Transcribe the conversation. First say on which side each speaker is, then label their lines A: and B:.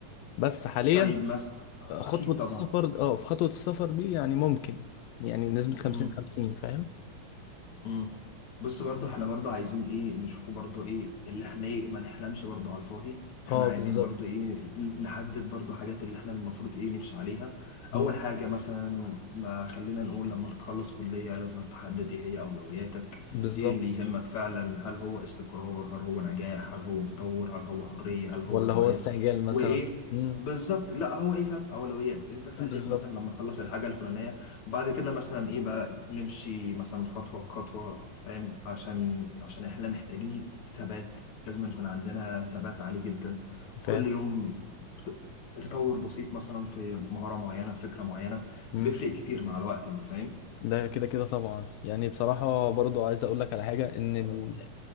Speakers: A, on the left (about 80°); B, on the left (about 55°).
A: بس حاليا
B: طيب مثلا اكيد
A: خطوه
B: طبعا
A: السفر اه في خطوه السفر دي يعني ممكن يعني نسبه 50
B: مم.
A: 50 فاهم
B: مم. بص برضو احنا برضو عايزين ايه نشوفه برضو ايه اللي احنا ايه ما نحلمش برضو على الفاضي
A: اه
B: احنا عايزين
A: بالظبط
B: برضو ايه نحدد برضو حاجات اللي احنا المفروض ايه نمشي عليها
A: مم.
B: اول حاجة مثلا ما خلينا نقول لما تتخلص كلية لازم تحدد ايه هي اولوياتك
A: بالظبط
B: ايه اللي يهمك فعلا هل هو استقرار هل هو نجاح هل هو تطور هل هو حرية هل هو
A: ولا
B: جواز
A: هو استعجال مثلا
B: وايه
A: امم
B: بالظبط لا هو ايه فاهم اولويات انت خليك
A: بالظبط
B: مثلا لما تخلص الحاجة الفلانية بعد كده مثلا ايه بقى نمشي مثلا خطوة بخطوة فاهم عشان عشان احنا محتاجين ثبات لازم يكون عندنا ثبات عالي جدا
A: فاهم
B: كل يوم ت- تطور بسيط مثلا في مهارة معينة في فكرة معينة
A: امم
B: بيفرق كتير مع الوقت انت فاهم
A: ده كده كده طبعا يعني بصراحة برضو عايز اقول لك على حاجة ان ال...